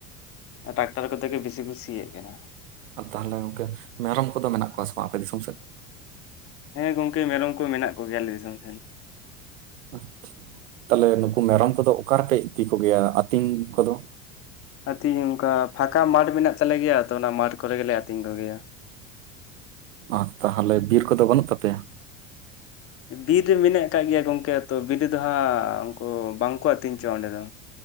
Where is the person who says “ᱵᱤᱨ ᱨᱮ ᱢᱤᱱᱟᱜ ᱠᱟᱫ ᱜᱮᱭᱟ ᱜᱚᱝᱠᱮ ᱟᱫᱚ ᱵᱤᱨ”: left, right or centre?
Left